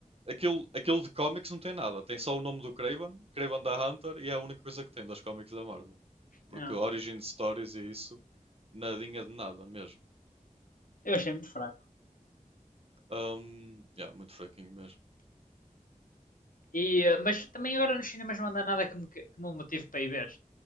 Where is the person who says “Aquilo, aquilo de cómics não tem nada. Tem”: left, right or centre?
Right